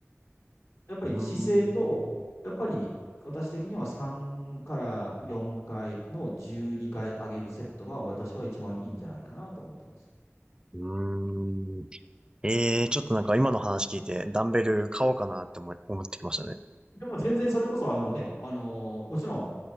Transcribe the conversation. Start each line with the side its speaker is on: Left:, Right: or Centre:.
Left: やっぱり姿勢と、
Right: うーん。
Left: やっぱり私的には3から4回の12回上げるセットが私は一番いいんじゃないかなと思ってます。
Right: うーん。ええー、ちょっとなんか今の話聞いて、ダンベル買おうかなって思い、思ってきましたね。
Left: でも全然それこそ、あのね、あのーもちろん、